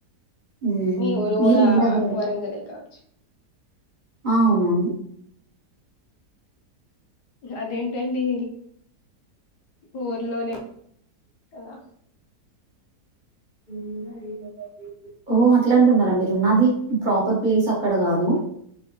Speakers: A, on the right; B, on the left.
A: మ్మ్
B: మీ ఊరివాడ
A: మీరు ఇంటి దగ్గరే
B: వరంగలే కావచ్చు
A: ఆ అవునవును
B: అదేంటండి ఊర్లోనే అలా
A: ఉ ఇ ఓ అట్లాంటున్నారా మీరు ఉన్నది ప్రాపర్ ప్లేస్ అక్కడ కాదు